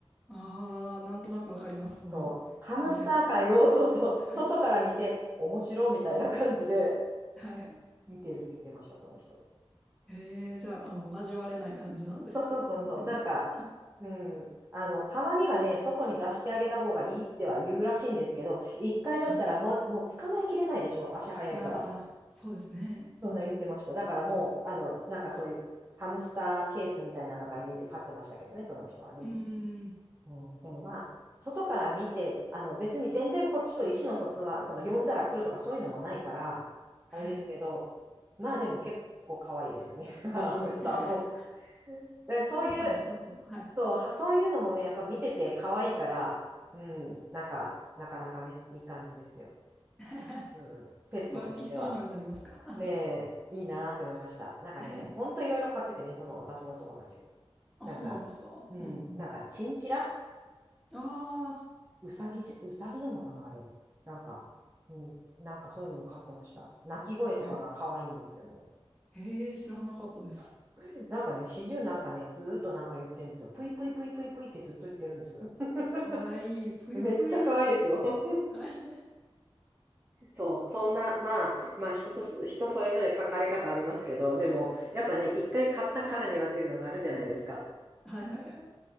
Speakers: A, in the centre; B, on the right (about 20°).
A: あ、ああ、なんとなくわかります。その、
B: そう。ハムスター界を、
A: 言いたいこと。
B: <laughs> そうそう、
A: はい。
B: 外から見て面白いみたいな感じで
A: はいはい。
B: 見てるって言ってました、その人。
A: えーじゃあ、あの、交われない感じなんですかね。
B: そうそうそうそう。
A: なんて言うんですか。
B: なんか、うん。あの、たまにはね、外に出してあげた方がいいっては言うらしいんですけど、一回出したら、
A: はい。
B: ま、もう捕まえきれないでしょ、足早いから。
A: ああ、そうですね。
B: そんな言ってました。だからもう、あの、なんかそういうハムスターケースみたいな中入れて飼ってましたけどね、その人はね。
A: うーん、
B: うん、でもまあ、外から見て、あの別に全然こっちと意思の疎通は、その呼んだら来るとかそういうのもないから、
A: はい。
B: あれですけど、まあでも結構可愛いですよね、<laughs> ハムスターも。
A: <laughs>
B: で、そういう、
A: ハムスターも良さそう。はい。
B: そう、はそういうのもね、やっぱ見てて可愛いから、うん、なんか、なかなかね、いい感じですよ。
A: <laughs>
B: うん、ペットとしては。
A: 浮気しそうにはなりますか？
B: ねえ、いいなーって思いました。なんかね、
A: <laughs>
B: ほんといろいろ買っててね、その私の友達が。
A: あ、
B: なんか、
A: そうなんですか？
B: うん、
A: うんうん。
B: なんかチンチラ
A: あ
B: うさぎじ、うさぎなのかなあれ。なんか、うん、なんかそういうのも買ってました。鳴き声とかが可愛いんですよね。
A: あ、え、へえ、知らなかったです。
B: そう。なんかね、始終なんかね、ずーっとなんか言ってんですよ。ぷいぷいぷいぷいぷいってずっと言ってるんです。<laughs>
A: 可愛いい、ぷいぷい。
B: めっちゃ可愛いですよ。<laughs>
A: はい
B: そう、そんな、まあ、まあ人とす、人それぞれ書かれ方ありますけど、でも、やっぱね、一回買ったからにはっていうのがあるじゃないですか。
A: はいはいはい。